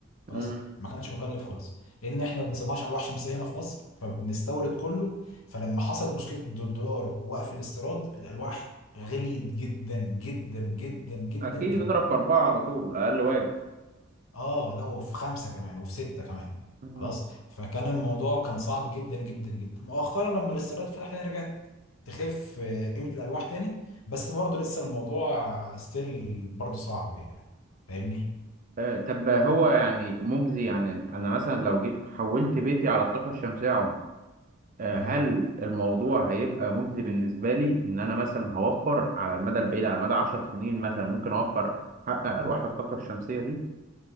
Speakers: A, on the left; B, on the right.
A: خلاص
B: مم.
A: ما كانش مكلف خالص لان احنا ما بنصنعش الواح شمسيه هنا في مصر فبنستورد كله فلما حصلت مشكله الدولار ووقف الاستيراد الالواح غليت جدا جدا جدا جدا
B: اكيد
A: جدا
B: اضرب في اربعة على طول اقل واجب
A: اه لا وفي خمسه كمان وفي سته كمان
B: مم.
A: خلاص فكان الموضوع كان صعب جدا جدا جدا مؤخرا لما الاستيراد فتح تاني رجعت تخف آه، قيمه الالواح تاني بس برضه لسه الموضوع ستيل برضه صعب يعني فاهمني
B: آه، طب هو يعني مجزي يعني انا مثلا لو جيت حولت بيتي على الطاقه الشمسيه يا عمر، آه،
A: اه
B: هل الموضوع هيبقى مجزي بالنسبه لي ان انا مثلا هوفر على المدى البعيد على مدى 10 سنين مثلا ممكن اوفر حق ارواح الطاقه الشمسيه دي